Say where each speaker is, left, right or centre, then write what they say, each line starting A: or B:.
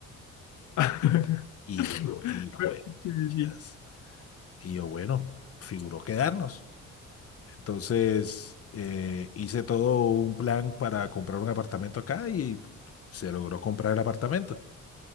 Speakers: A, on the left (about 70°); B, on the left (about 50°).
A: <laughs>
B: Y yo como que, hijo
A: Pero-
B: de
A: Sí,
B: chas".
A: sí,
B: Y yo, bueno, figuró quedarnos. Entonces, eh, hice todo un plan para comprar un apartamento acá y se logró comprar el apartamento.